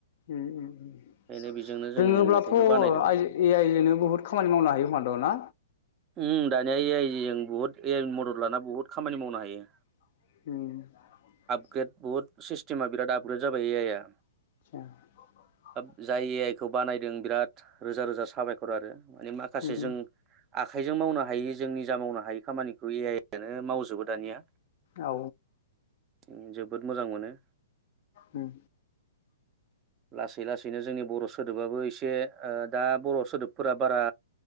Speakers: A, on the left; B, on the right.
A: उम उम उम
B: ओंखायनो बेजोंनो
A: दोङोब्लाथ'
B: जों मेथाइखौ बानायदों
A: आइ ए आइ जोनो बुहुद खामानि मावनो हायो खोमा द ना?
B: उम दानिया ए आइ जों बुहुद ए आइ मदद लाना बुहुद खामानि मावनो हायो।
A: हम
B: ग्रेड बहुद सिस्टेमा बिराद आपग्रेड जाबाय आइ आ।
A: <inaudible>
B: जाय ए आइ खौ बानायदों बिराद रोजा रोजा साबायखर आरो। माने माखासे
A: उम
B: जों आखाइजों मावनो हायि जोंनि जा मावनो हायि खामानिखौ ए आइ आनो मावजोबो दानिया
A: औ
B: उम जोबोद मोजां मोनो।
A: उम
B: लासै लासैनो जोंनि बर' सोदोबाबो एसे ओ दा बर' सोदोबफोरा बारा